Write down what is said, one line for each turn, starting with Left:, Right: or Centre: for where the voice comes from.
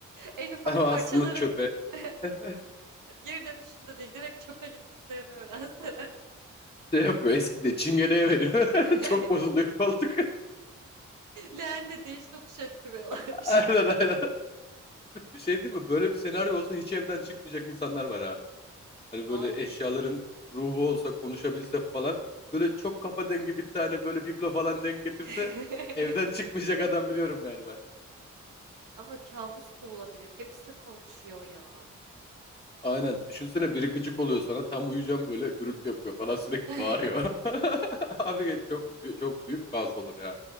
Right: en ufak
Left: Ama
Right: parçaları
Left: aslında çöpe
Right: <laughs>
Left: <laughs>
Right: geri dönüşünde değil direkt çöpe gittiklerini öğrenseler.
Left: şey yapıyor. Eski de çingeneye veriyor.
Right: <laughs>
Left: <laughs> Çok bozuluyor koltuk.
Right: Leğenle değiş tokuş ettiriyorlarmış.
Left: <laughs> Aynen aynen. Bir şey değil mi? Böyle bir senaryo olsa hiç evden çıkmayacak insanlar var ha.
Right: Sahi.
Left: Hani böyle eşyaların ruhu olsa konuşabilse falan. Böyle çok kafa dengi bir tane böyle biblo falan denk getirse
Right: <laughs>
Left: evden çıkmayacak adam biliyorum yani ben.
Right: Ama kabus da olabilir. Hepsi konuşuyor ya.
Left: Aynen. Düşünsene biri gıcık oluyor sana. Tam uyuyacağım böyle gürültü yapıyor falan sürekli
Right: <laughs>
Left: bağırıyor. <laughs> Abi çok çok büyük kaos olur ya.